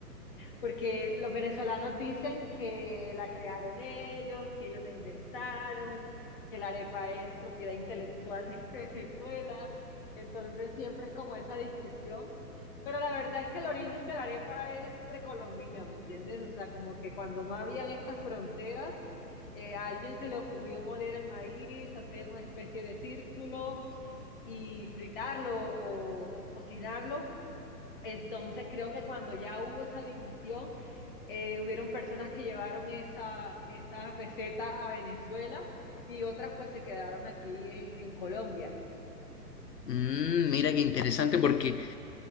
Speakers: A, on the left (about 35°); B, on the left (about 75°).
A: porque los venezolanos dicen que la crearon ellos, que ellos la inventaron, que la arepa es propiedad intelectual de <laughs> Venezuela, entonces siempre es como esa discusión, pero la verdad es que el origen de la arepa es precolombina, ¿me entiendes? O sea, como que cuando no habían estas fronteras, eh, a alguien se le ocurrió moler el maíz, hacer una especie de círculo y fritarlo o, o cocinarlo entonces creo que cuando ya hubo esa división, eh, hubieron personas que llevaron esa, esa receta a Venezuela y otras pues se quedaron aquí en, en Colombia.
B: Mm, mira qué interesante porque...